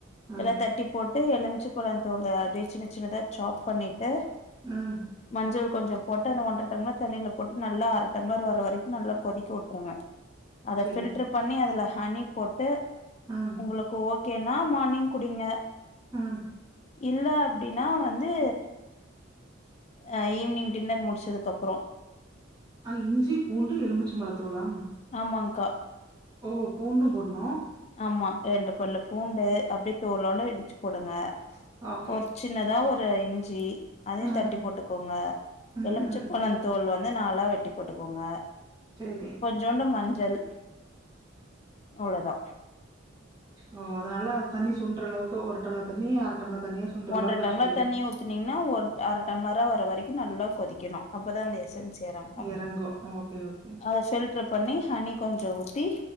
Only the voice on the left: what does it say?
எல்லா தட்டி போட் டு எலுமிச்சு பழ தோலு அப்டியே சின்ன சின்னதா சாப் பண்ணிட்டு
மஞ்சள் கொஞ்ச போட்டு அந்த ஒன்றர டம்ளர் தண்ணியில போட்டு நல்லா அர டம்ளர் வர வரைக்கு நல்ல கொதிக்க வுட்ருங்க அத
ஃபில்டர் பண்ணி அதுல ஹனி போட்டு
உங்களுக்கு ஓகேனா மார்னிங் குடிங்க
இல்ல அப்டினா வந்து அ ஈவ்னிங் டின்னர் முடிச்சதுக்கப்றோ
ஆமாங்கா
ஆமா ரெண்டு பல்லு பூண்டு அப்டியே தோலோட இடிச்சு போடுங்க
ஒரு சின்னதா ஒரு இஞ்சி அதையு
தட்டி போட்டுக்கோங்க
எலுமிச்ச
பழ தோல் வந் து நாளா வெட்டி போட்டுக்கோங்க
கொஞ்சோண்டு மஞ்சள் அவ்ளோ தா
ஒன்றர
டம்ளர்
தண்ணி ஊத்துனீங்ன்னா ஒரு அர டம்ளரா வர வரைக்கு நல்லா கொதிக்கணு அப்பதா அந்த எசன்ஸ் எறங்கு
அத ஃபில்ட்ரு பண்ணி ஹனி கொஞ்ச ஊத்தி